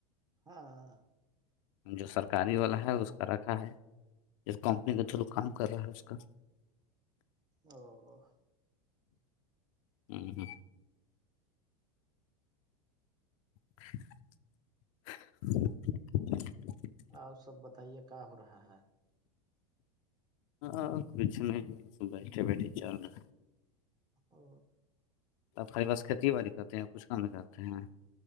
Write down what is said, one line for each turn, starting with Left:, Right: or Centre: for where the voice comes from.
Right: ہاں ہ
Left: جو سرکاری والا ہے اس کا رکھا ہے جو کمپنی کے تھرو کام کر رہا ہے اس کا ج <inaudible>
Right: او
Left: ہوں ہ ھم <unintelligible>
Right: آپ سب بتائیے کیا ہو رہا ہے
Left: آ کچھ نہیں بیس بیٹ چاء رہا
Right: ا
Left: ہمے پاس کھیتی باڑی کرتے ہیں کچھ کم کرتے ہیں